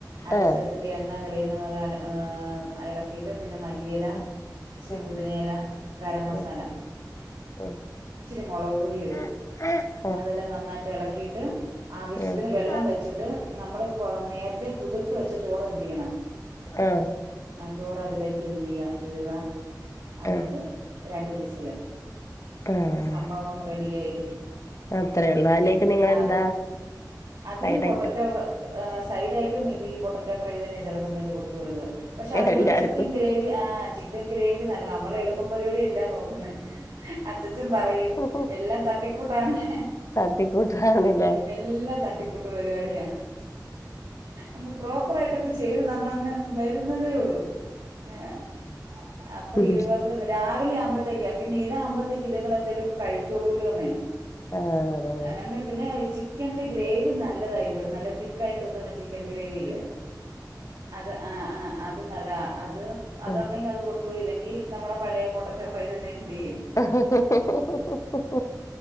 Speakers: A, on the right; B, on the left.
A: അടിച്ചെടുത്തിട്ട്
B: ആഹ്
A: എണ്ണ തെളിയുന്ന വരെ ഏഹ് എളക്കിട്ട് പിന്നെ മല്ലിയെല
B: ആഹ്
A: ഇച്ചിരി
B: ആഹ്
A: പൊതിനെയെല ഗരം മസാല
B: ആഹ് ഉം ആഹ്
A: ഇച്ചിരി മൊളക് പൊടിം ഇടും,
B: ഉം
A: അതെല്ലാം നന്നായിട്ട് എളക്കീട്ട് ആവശ്യത്തിന്
B: ഉം
A: വെള്ളം വെച്ചിട്ട് നമ്മള് കൊ നേരത്തെ കുതിർത്ത് വെച്ച ചോറ് എന്തെയ്യണം
B: ആഹ്.
A: ആ ചോറ് അതിലേക്കെന്തെയ്യ ഇടുക, അന്നിട്ട്
B: ആഹ്
A: രണ്ട് വിസില്
B: ആഹ്
A: സംഭവം റെഡിയായി.
B: അത്രേ ഉള്ളൂ അതിലേക്ക് നിങ്ങളെന്താ
A: ആഹ്, അതിലും
B: സൈഡായിട്ട്
A: പൊട്ടറ്റോ പ ആഹ് സൈഡായിട്ട് മിതി പൊട്ടറ്റ ഫ്രൈ തന്നെ ചെല സമയത്ത് കൊടുത്ത് വിടുന്നത്. പക്ഷെ അതിന്റെ
B: എല്ലാർക്കും
A: കൂടെ ചിക്കൻ ഗ്രേവി ആഹ് ചിക്കൻ ഗ്രേവി നല് ആഹ് നമ്മള് എളുപ്പ പരിപാടിയല്ല നോക്കുന്നേ, അച്ഛൻ പറയും
B: ഉം
A: എല്ലാം തട്ടിക്കൂട്ടാണ് <inaudible>
B: തട്ടിക്കൂട്ടാണ്ല്ലേ
A: എല്ലാം തട്ടിക്കൂട്ട് പരിപാടിയാ, അങ്ങ് പ്രോപ്പ യിട്ടൊക്കെ ചെയ്ത് നമ്മളങ്ങ് വരുന്നതേ ഒള്ളൂ ഏഹ്, അപ്പൊ
B: ഉം
A: യുവർ രാവിലെ ആകുമ്പഴ്ത്തേക്ക് പിന്നെ ഇതാകുമ്പഴ്ത്തേക്ക് ഇതിലെന്തേലൊക്കെ കഴിച്ചോളൂലൊന്നെ
B: ആഹ് അതാണ്
A: അങ്ങന പിന്നെ ചിക്കന്റെ ഗ്രേവി നല്ലതായിരുന്നു നല്ല തിക്കായിട്ട് വെക്കുന്ന ചിക്കൻ ഗ്രേവിയില്ലേ അത് ആഹ് ആഹ് ആഹ് അ ത് നല്ലതാ അത് അതുണ്ടെങ്കി
B: ആഹ്
A: അത് കൊടുത്ത് വിടും ഇല്ലെങ്കി നമ്മടെ പഴയ പൊട്ടറ്റോ ഫ്രൈ തന്നെ എന്തെയ്യും
B: <unintelligible>